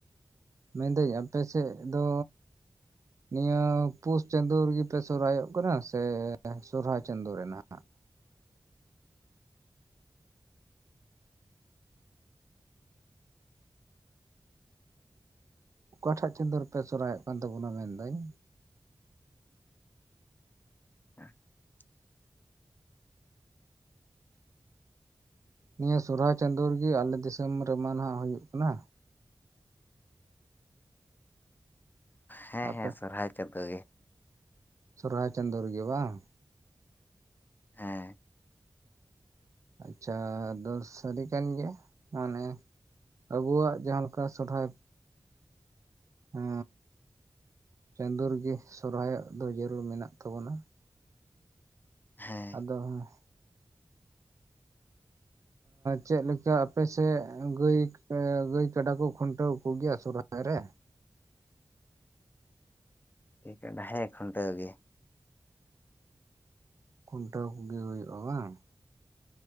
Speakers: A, on the right; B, on the left.
A: ᱢᱮᱱᱫᱟᱹᱧ ᱟᱯᱮ ᱥᱮᱫ ᱫᱚ᱾ ᱱᱤᱭᱟᱹ ᱯᱩᱥ ᱪᱟᱸᱫᱳ ᱨᱮᱜᱮ ᱯᱮ ᱥᱚᱦᱚᱨᱟᱭᱚᱜ ᱠᱟᱱᱟ ᱥᱮ ᱥᱚᱦᱚᱨᱟᱭ ᱪᱟᱸᱫᱳ ᱨᱮ ᱱᱟᱦᱟᱜ? ᱚᱠᱟᱴᱷᱟᱜ ᱪᱟᱸᱫ ᱨᱮᱯᱮ ᱥᱚᱦᱨᱟᱭᱚᱜ ᱠᱟᱱ ᱛᱟᱵᱚᱱᱟ ᱢᱮᱱᱫᱟᱹᱧ?
B: <inaudible>
A: ᱱᱤᱭᱟᱹ ᱥᱚᱦᱚᱨᱟᱭ ᱪᱟᱸᱫᱳ ᱨᱮᱜᱤ ᱟᱞᱮ ᱫᱤᱥᱚᱢ ᱨᱮᱢᱟ ᱱᱟᱦᱟᱜ ᱦᱩᱭᱩᱜ ᱠᱟᱱᱟ᱾
B: ᱦᱮᱸ
A: ᱟᱯᱮ
B: ᱦᱮᱸ ᱥᱚᱦᱚᱨᱟᱭ ᱪᱟᱸᱫᱚ ᱜᱮ᱾
A: ᱥᱚᱦᱚᱨᱟᱭ ᱪᱟᱸᱫᱚ ᱨᱮ ᱜᱮ ᱵᱟᱝ?
B: ᱦᱮᱸ᱾
A: ᱟᱪᱷᱟ ᱟᱫᱚ ᱥᱟᱹᱨᱤ ᱠᱟᱱ ᱜᱮᱭᱟ ᱢᱟᱱᱮ ᱟᱵᱚᱣᱟᱜ ᱡᱟᱦᱟᱸ ᱞᱮᱠᱟ ᱥᱚᱨᱦᱟᱭ᱾ ᱦᱮ ᱪᱟᱸᱫᱚ ᱨᱮᱜᱮ ᱥᱚᱨᱚᱦᱟᱭᱚᱜ ᱫᱚ ᱡᱟᱹᱨᱩᱲ ᱢᱮᱱᱟᱜ ᱛᱟᱵᱚᱱᱟ᱾
B: ᱦᱮᱸ᱾
A: ᱫᱚ ᱦᱮᱸ ᱪᱮᱫ ᱞᱮᱠᱟ ᱟᱯᱮᱥᱮᱫ ᱜᱟᱹᱭ ᱜᱟᱹᱭ ᱠᱟᱰᱟ ᱠᱚ ᱠᱷᱩᱱᱴᱟᱹᱣ ᱠᱚᱜᱮᱭᱟ ᱥᱚᱦᱚᱨᱟᱭ ᱨᱮ?
B: <unintelligible> ᱦᱮᱸ ᱠᱷᱩᱱᱴᱟᱹᱣ ᱜᱮ᱾
A: ᱠᱷᱩᱱᱴᱟᱹᱣ ᱠᱚᱜᱮ ᱦᱩᱭᱩᱜᱼᱟ ᱵᱟᱝ?